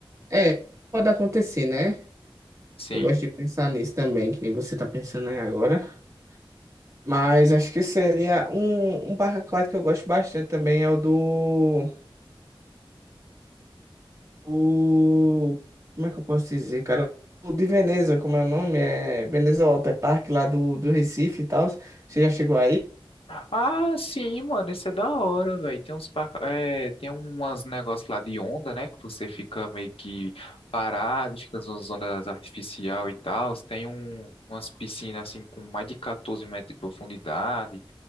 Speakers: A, on the right; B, on the left.
A: É, pode acontecer, né?
B: Sim.
A: Eu gosto de pensar nisso também, que nem você tá pensando aí agora. Mas acho que seria um, um parque aquático que eu gosto bastante também é o do, o como é que eu posso dizer, cara? O de Veneza, como é o nome? É Veneza Water Park lá do, do Recife e tal. Você já chegou aí?
B: Ah, sim, mano, isso é da hora, velho. Tem uns, pa- é, tem umas negócios lá de onda, né? Que você fica meio que parado, fica nas ondas artificial e tal. Tem um, umas piscinas assim com mais de 14 metros de profundidade.